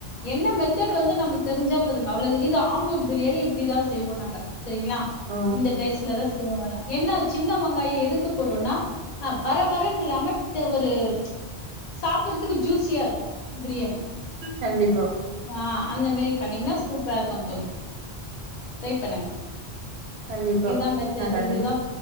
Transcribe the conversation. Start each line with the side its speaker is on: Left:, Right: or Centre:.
Left: என்ன மெத்தட் வந்து நம்மளுக்கு தெரிஞ்சா போதுங். அவ்ளது இது ஆம்பூர் பிரியாணி. அப்படிதா செய்வோனாங்க செரிங்களா.
Right: ஆ
Left: இந்த டேஸ்லதா செய்வோ வேற. என்ன சின்ன வெங்காயோ எதுக்கு போடுறோம்னா. ஹ பரபரன்னு இல்லாம ஒரு ம்ச் சாப்புறதுக். துக்கு ஜூசியா இருக்கு பிரியாணி.
Right: கண்டிப்பா
Left: ஆஹ அந்த மாரி பண்ணீங்கன்னா சூப். சூப்பரா இருக்கு தோழி. ட்ரை பண்ணுங்க.
Right: கண்டிப்பா
Left: இதுதா மெத்தட்டு
Right: நா கண்டி
Left: இதுதா